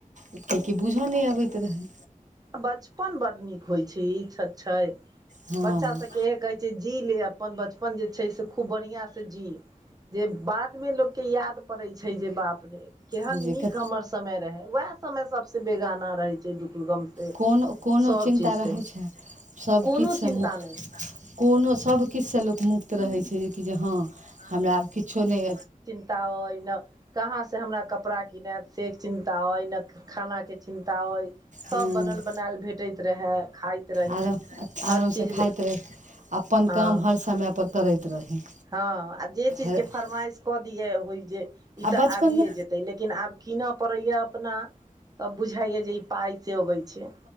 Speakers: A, on the right; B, on the right.
A: कियेकि बूझऽ नै अबैत रहे।
B: बचपन बड्ड नीक होइ छै इ छ छइ।
A: हँ
B: बच्चा सबके इएह कहै छियै जी लियऽ अपन बचपन जे छै से खूब बढ़ियां से जी जे बाद मे लोक के याद पड़ै छै जे बाप रे केहन
A: जे
B: नीक हमर समय रहे वेएह समय सब से बेगाना रहै छै दुख गम से
A: कोनो - कोनो
B: सब
A: चिन्ता
B: चीज
A: रहै
B: से
A: छै सब
B: कोनो
A: किछ सँ
B: चिन्ता
A: मुक्त
B: नहि
A: कोनो सबकिछ से लोक मुक्त रहै छै जे कि जे हँ हमरा आब किछो नै
B: ता अइ ने कहाँ से हमरा कपड़ा किनेएत। से चिन्ता अइ ने खाना के चिन्ता अइ सब
A: हँ
B: बनल बनायल भेट टैत रहे खाइत रही
A: आराम -
B: हर
A: आराम
B: चीज
A: से खाइत रही अपन
B: हँ
A: काम हर समय पर करैत रही।
B: हँ आ जे चीज
A: आ
B: के फरमाइश कऽ दियै होइ जे ई तऽ
A: बचपनमे
B: आबिये जेतै लेकिन आब कीनऽ पड़ैये अपना तब बुझाइये जे ई पाइ से अबै छै।